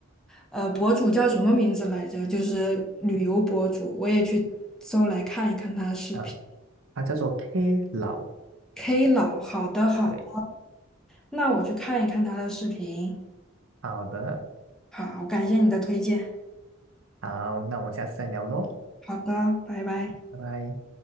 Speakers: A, in the centre; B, on the right.
A: 呃，博主叫什么名字来着？就是旅游博主，我也去搜来看一看他的视频。
B: 啊，他叫做 K 老，
A: K 老，好的好的，
B: 对，
A: 那我去看一看他的视频。
B: 好的，
A: 好，感谢你的推荐。
B: 好，那我们下次再聊喽，
A: 好的，拜拜。
B: 拜拜。